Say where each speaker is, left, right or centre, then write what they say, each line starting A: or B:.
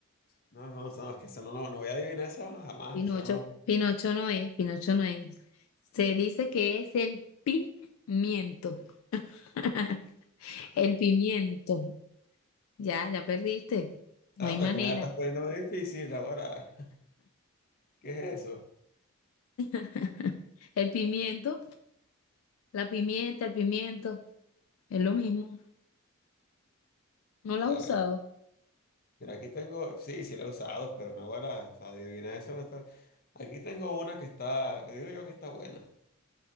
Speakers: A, on the left; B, on the left.
A: no, no, no, es que eso no, no, no voy a adivinar eso jamás,
B: Pinocho.
A: eso no.
B: Pinocho no es, Pinocho no es. Se dice que es el pimiento. <laughs> El pimiento. Ya, ya perdiste. No
A: No,
B: hay manera.
A: pero que me la estás poniendo muy difícil ahora. ¿Qué es eso?
B: <laughs> El pimiento, la pimienta, el pimiento, es lo mismo. No la
A: A
B: has usado.
A: ver, mira, aquí tengo, sí, sí la he usado, pero no ahora, o sea, adivina eso. no está- Aquí tengo una que está, digo yo que está buena.